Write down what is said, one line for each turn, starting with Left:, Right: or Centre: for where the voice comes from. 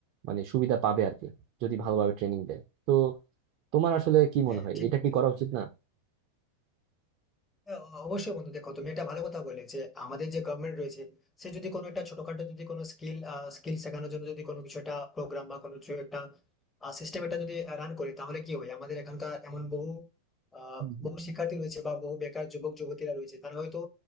Right: মানে সুবিধা পাবে আর কি যদি ভালোভাবে ট্রেনিং দেয় তো তোমার আসলে কি
Left: হ্যাঁ
Right: মনে হয়
Left: ঠিক
Right: এটা
Left: বলেছো
Right: কি করা
Left: বন্ধু।
Right: উচিত না
Left: হ্যাঁ, অবশ্যই বন্ধু দেখো তুমি একটা ভালো কথা বলে যে আমাদের যে গভর্নমেন্ট রয়েছে সে যদি কোনো একটা ছোটখাটো যদি কোনো স্কিল স্কিল শেখানোর জন্য যদি কোনো কিছু একটা প্রোগ্রাম বা কোনো কিছু একটা সিস্টেম এটা যদি রান করে তাহলে কি হয় আমাদের এখানকার এমন বহু আহ,
Right: হুম হুম
Left: বহু শিক্ষার্থী রয়েছে বা বহু বেকার যুবক যুবতীরা রয়েছে তারা হয়তো